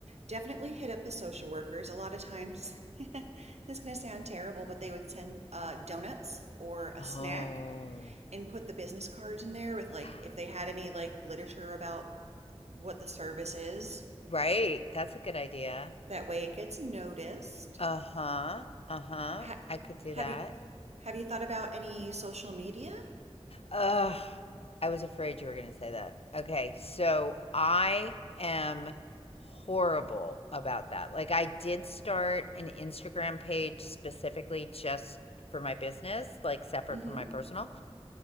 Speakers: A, on the right; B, on the left.
A: definitely hit up the social workers. A lot of times, <laughs> it's going to sound terrible, but they would send uh, donuts or a
B: Oh.
A: snack and put the business cards in there with like
B: Ah.
A: if they had any like literature about what the service is.
B: Right, that's a good idea.
A: That way it gets noticed.
B: Uh-huh, uh-huh,
A: Ha-
B: I could do that.
A: have you have you thought about any social media?
B: Ugh, I was afraid you were going to say that. Okay, so I am horrible about that. Like, I did start an Instagram page specifically just for my business, like separate
A: Mm-hmm.
B: from my personal.